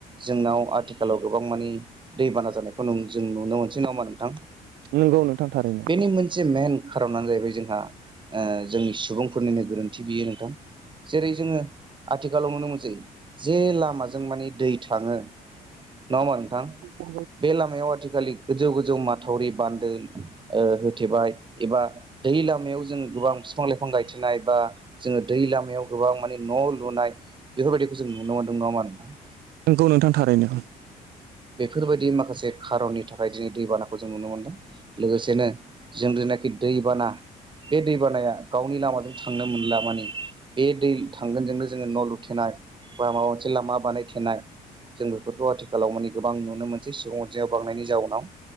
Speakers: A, on the right; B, on the right.
A: जोंनाव आथिखालाव गोबां मानि दैबाना जानायखौ जों नुनो मोनसै, नामा नोंथां?
B: नंगौ नोंथां थारैनो
A: बेनि मोनसे मेन खारनानो जाहैबाय जोंहा जोंनि सुबुंफोरनिनो गोरोन्थि बियो नोंथां। जेरै जोङो आथिखालाव नुनो मोनसै जे लामाजों माने दै थाङो नङा होमा नोंथां?
B: औ
A: बे लामायाव आथिखालि गोजौ गोज जौ माथावरि बान्दो ओ होथेबाय एबा दै लामायाव जों गोबां बिफां-लाइफां गायथिनाय बा जोङो दै लामायाव गोबां माने न' लुनाय बेफोरबायदिखौ जों नुनो मोन्दों नामा नोंथां।
B: नोंगौ नोंथां थारैनो।
A: फोरबायदि माखासे खारननि थाखाय दिनै दैबानाखौ जों नुनो मोनदों। लोगोसेनो जों जनाखि दै दैबाना बे दैबानाया गावनि लामाजों थांनो मोनला माने। बे दै थांगोनजोंनो जोङो न' लुथेनाय बा माबा मोनसे लामा बानायथेनाय जों बेफोरखौ आथिखालाव माने गोबां नुनो मोनसै सुबुं अनजिमा बांनायनि जाउनाव।